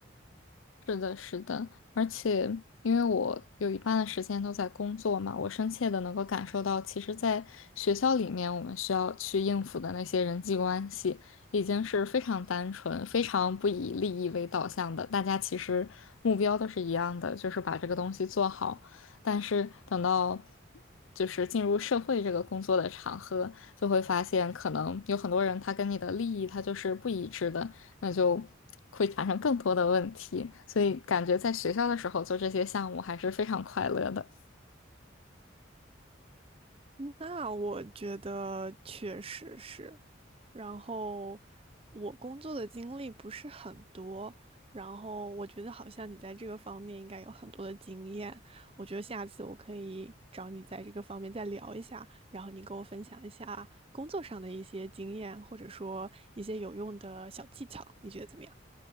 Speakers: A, on the left; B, on the right.
A: 是的，是的，而且因为我有一半的时间都在工作嘛，我深切的能够感受到，其实，在学校里面，我们需要去应付的那些人际关系，已经是非常单纯、非常不以利益为导向的。大家其实目标都是一样的，就是把这个东西做好。但是等到就是进入社会这个工作的场合，就会发现，可能有很多人他跟你的利益他就是不一致的。那就会产生更多的问题。所以感觉在学校的时候做这些项目还是非常快乐的。
B: 那我觉得确实是，然后我工作的经历不是很多，然后我觉得好像你在这个方面应该有很多的经验，我觉得下次我可以找你在这个方面再聊一下，然后你跟我分享一下工作上的一些经验，或者说一些有用的小技巧，你觉得怎么样？